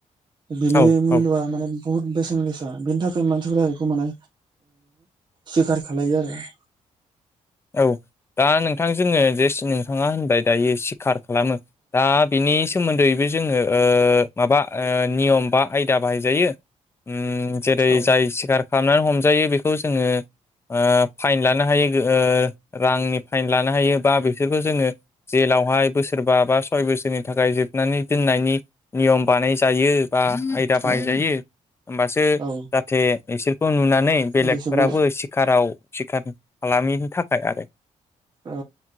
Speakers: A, on the right (about 35°); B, on the left (about 20°).
A: बिनि
B: औ
A: मइल'आ
B: औ
A: माने बुहुत बेसेन गोसा बेनि थाखाय मानसिफोरा बेखौ माने सिखार खालायो आरो <inaudible>
B: औ दा नोंथां जोङो जेसे नोंथाङा होनबाय दायो सिखार खालामो दा बिनि सोमोन्दैबो जोङो ओ माबा ओ नियम बा आयदा बाहायजायो। उम जेरै
A: औ
B: जाय सिखार खालामनानै हमजायो बेखौ जोङो ओ फाइन लानो हायो। ओ रांनि फाइन लानो हायो। बा बिसोरखौ जोङो जेलावहाय बोसोरबा बा सय बोसोरनि थाखाय जोबनानै दोननायनि नियम बानायजायो। बा आयदा बाहायजायो
A: औ
B: होमबासो
A: औ
B: जाहाथे बिसोर खौ नुनानै बेलेगफोराबो
A: बेसोरखौ
B: सिखाराव सिखार खालामैनि थाखाय आरो।
A: औ।